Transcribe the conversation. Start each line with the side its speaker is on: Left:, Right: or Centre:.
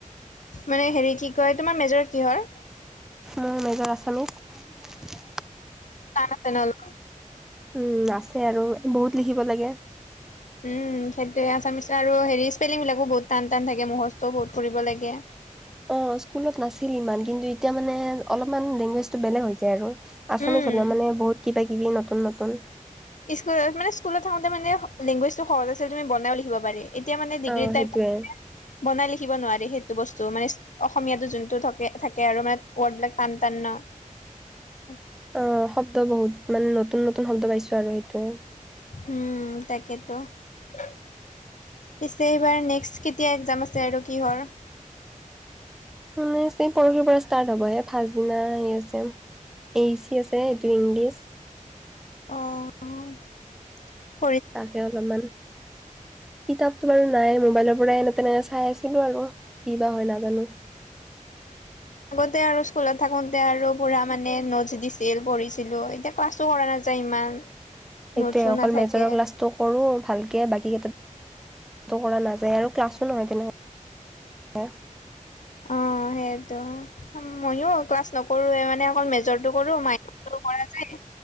Left: মানে হেৰি কি কয় তোমাৰ মেজৰ কিহৰ
Centre: মোৰ মেজৰ আছামিছ
Left: কাম আছে নহলে
Centre: উম আছে আৰু বহুত লিখিব লাগে
Left: উম সেইটোৱে আছামিচ আৰু হেৰি স্পেলিংবিলাকো বহুত টান টান থাকে মহজটোও বহুত কৰিব লাগে
Centre: অ স্কুলত নাছিল ইমান কিন্তু এতিয়া মানে অলপমান লেংগুৱেজটো বেলেগ হৈ যায় আৰু আছামিছ
Left: উম
Centre: হ'লেও মানে বহুত কিবা কিবি নতুন নতুন
Left: স্কুলত মানে স্কুলত থাকোতে মানে লেংগুৱেজটো সহজ আছিল তুমি বনাইও লিখিব পাৰি এতিয়া মানে ডিগ্ৰীৰ
Centre: অ
Left: টাইমত
Centre: সেইটোৱে
Left: বনাই লিখিব নোৱাৰি সেইটো বস্তু মান অসমীয়া টো যোনটো থাকে আৰু মানে ৱৰ্ড বিলাক টান টান ন <unintelligible>
Centre: অ শব্দ বহুত মানে নতুন নতুন শব্দ পাইছো আৰু সেইটোৱে।
Left: উম তাকেতো। পিছে এইবাৰ নেক্সট কেতিয়া একজাম আছে আৰু কিহৰ।
Centre: মানে পৰহিৰ পৰা ষ্টাৰ্ট হ'ব এ ফাছদিনা সেই আছে এইচি আছে এইটো ইংলিছ
Left: অহ
Centre: তাকে অলপমান কিতাপতো বাৰু নাই মোবাইলৰ পৰাই এনে তেনেকে চাই আছিলো আৰু কি বা হয় নাজানো
Left: তে আৰু স্কুলত থাকোতে আৰু পুৰা মানে নোটছ দিছিল পঢ়িছিলো এতিয়া ক্লাছো কৰা নাযায় ইমান
Centre: সেইটোয়ে
Left: নোটছো
Centre: অকল
Left: নাথাকে
Centre: মেজৰৰ ক্লাচটো কৰো ভালকে বাকী কেইটাত কৰা নাযায় আৰু ক্লাছো নহয় তেনে।
Left: অ সেইটো ময়ো ক্লাছ নকৰোৱে মানে অকল মেজৰটো কৰো মাইন কৰা যায়।